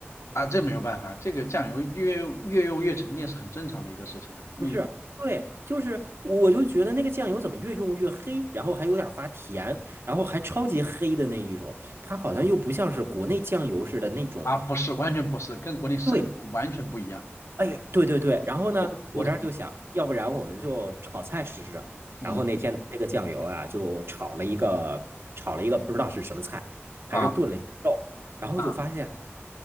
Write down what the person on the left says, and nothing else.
啊，这没有办法，这个酱油越用越用越沉淀是很正常的一个事情啊你
啊，不是，完全不是，跟国内生抽完全不一样，
不不同，
嗯
啊
啊，